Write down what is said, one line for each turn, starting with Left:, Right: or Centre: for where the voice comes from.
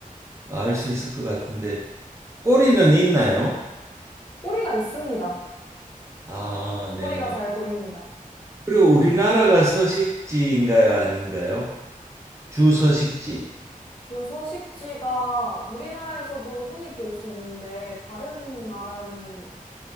Right: 알 수 있을 것 같은데 꼬리는 있나요?
Left: 꼬리가 있습니다.
Right: 아, 네,
Left: 꼬리가
Right: 네.
Left: 잘 보입니다.
Right: 그리고 우리나라가 서식지인가요, 아닌가요? 주 서식지.
Left: 주 서식지가 우리나라에서도 흔히 볼 수 있는데, 다른 나라는,